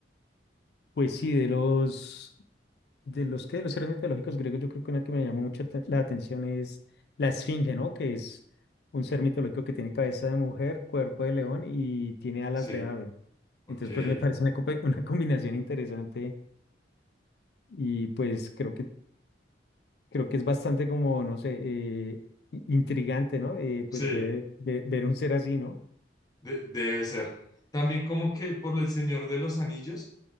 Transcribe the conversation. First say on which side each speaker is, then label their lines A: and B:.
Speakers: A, on the left (about 60°); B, on the left (about 20°).
A: Pues sí, de los de los que de los seres mitológicos griegos, yo creo que una que me llamó mucho te- la atención es la esfinge, ¿no? Que es un ser mitológico que tiene cabeza de mujer, cuerpo de león y tiene alas
B: Sí,
A: de ave.
B: ok,
A: Entonces, pues me parece una, compe- <laughs> una combinación interesante y pues creo que creo que es bastante como, no sé, eh, i- intrigante, ¿no? Eh,
B: sí.
A: pues ver, ver, ver un ser así, ¿no?
B: de- debe ser. También como que por El Señor de los Anillos